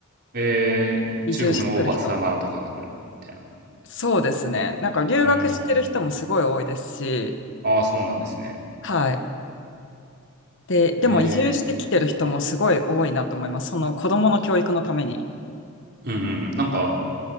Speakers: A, on the right; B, on the left.
A: えー、
B: 移住してくる人。
A: 中国のおばさまとかが来るみたいな。
B: そうですね。なんか留学してる人もすごい多いですし、
A: うーん。ああ、そうなんですね。
B: はい。で、でも移住してきてる人もすごい多いなと思います。
A: えー。
B: その子供の教育のために。
A: うんうん。なんか、